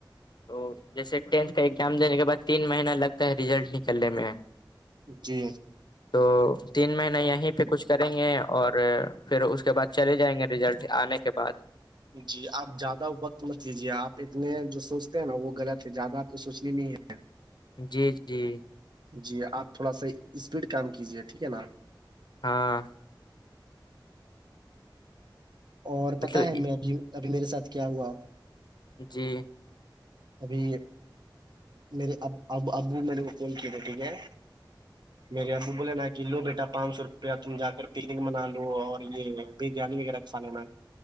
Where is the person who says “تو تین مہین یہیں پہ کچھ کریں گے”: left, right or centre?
Left